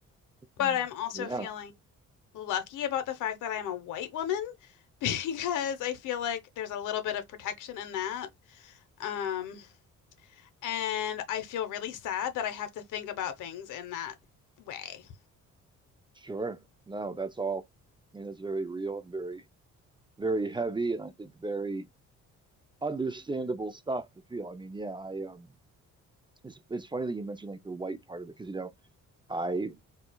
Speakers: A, on the left (about 85°); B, on the right (about 15°).
A: But
B: mm,
A: I'm also
B: yeah.
A: feeling lucky about the fact that I'm a white woman <laughs> because I feel like there's a little bit of protection in that. Um, and I feel really sad that I have to think about things in that way.
B: Sure. No, that's all. I mean, it's very real and very, very heavy, and I think very understandable stuff to feel. I mean, yeah, I um, it's it's funny that you mentioned like the white part of it because you know I